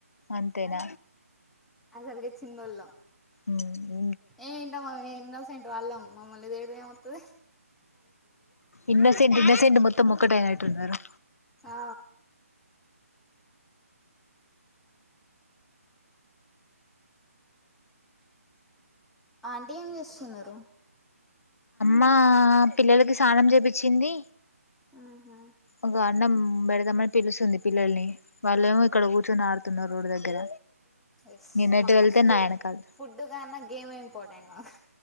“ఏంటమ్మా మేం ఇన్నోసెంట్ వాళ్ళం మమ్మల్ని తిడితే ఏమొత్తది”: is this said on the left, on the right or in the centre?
Centre